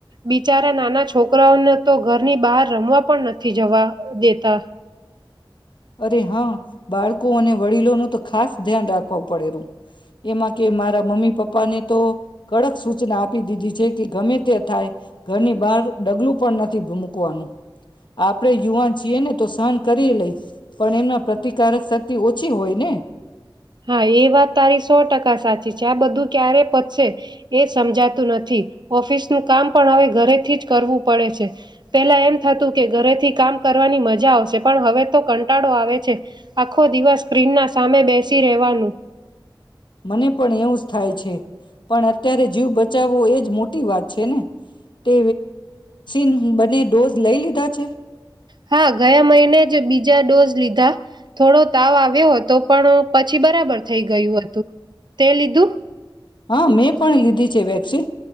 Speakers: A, on the right; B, on the left.
A: બિચારા નાના છોકરાઓને તો ઘરની બહાર રમવા પણ નથી જવા દેતા.
B: અરે હા, બાળકો અને વડીલોનું તો ખાસ ધ્યાન રાખવું પડે. એમાં કે, મારા મમ્મી પપ્પાને તો. કડક સૂચના આપ. આપ દીધી છે કે, ગમે તે થાય ઘરની બહાર ડગલું પણ નથી મૂકવાનું આપડે યુવાન છીએ ને, તો સહન કરી લઈ પણ એમના પ્રતિકારક શક્તિ ઓ છી હોય ને.
A: હા, એ વાત તારી સો ટકા સાચી છે. આ બધું ક્યારે પતશે, એ સમજાતું નથી. ઓફિસનું કામ પણ હવે ઘરેથી જ કરવું પડે છે. પેલા એમ થતું કે ઘરેથી કામ કરવાની મજા આવશે, પણ હવે તો કંટાળો આવે છે. આખો દિવસ સ્ક્રીન ના સામે બેસી. રહેવાનું.
B: મને પણ એવું થાય છે. પણ અત્યારે જીવ બચાવવો એ જ મોટી વાત છે ને તે ન બંને ડોઝ લઈ લીધા છે.
A: હા ગયા મહિને જ બીજા ડોઝ લીધા થોડો તાવ આવ્યો હતો તો પણ પછી બરાબર થઈ ગયું હતું. તે લીધુ
B: હા મેં પણ લીધી છે વેક્સિન.